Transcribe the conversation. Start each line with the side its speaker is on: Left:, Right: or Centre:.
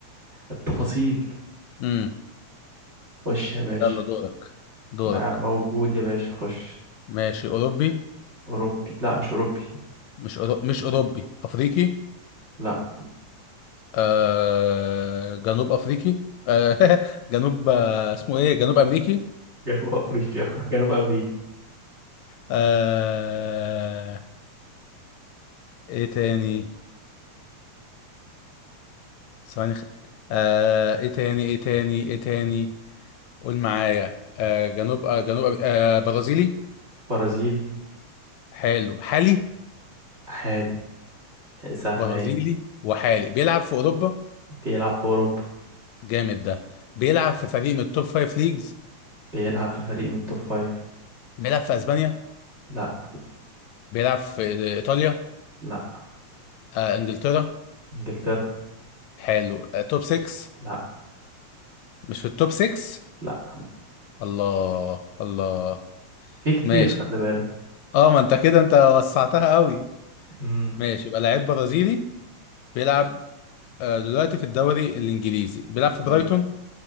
Right: التفاصيل
Left: امم
Right: خش يا باشا
Left: يلا دورك دورك
Right: ما موجود يا باشا خش
Left: ماشي اوروبي
Right: أوروبي لا مش أوروبي
Left: مش أورو... مش اوروبي افريقي
Right: لا
Left: آه... جنوب افريقي آه... <laughs> جنوب آه... اسمه ايه جنوب امريكي
Right: جنوب أفريقيا <laughs> جنوب أمريكي
Left: آه... ايه تاني ثواني خ... آه... ايه تاني ايه تاني ايه تاني قول معايا آه... جنوب آه... جنوب أمريكي. آه... برازيلي
Right: برازيلي
Left: حلو حالي
Right: عادي سهلة
Left: برازيلي
Right: أهي
Left: وحالي بيلعب في اوروبا
Right: بيلعب في أوروبا
Left: جامد ده بيلعب في فريق من التوب فايف ليجز
Right: بيلعب في فريق من التوب فايف
Left: بيلعب في اسبانيا
Right: لا
Left: بيلعب في ايطاليا
Right: لا
Left: آه انجلترا
Right: إنجلترا
Left: حلو آه توب 6
Right: لا
Left: مش في التوب 6
Right: لا
Left: الله الله
Right: في كتير
Left: ماشي
Right: خلي بالك
Left: اه ما انت كده انت وسعتها قوي
Right: امم
Left: ماشي يبقى لعيب برازيلي بيلعب آه دلوقتي في الدوري الانجليزي بيلعب في
Right: تمام
Left: برايتون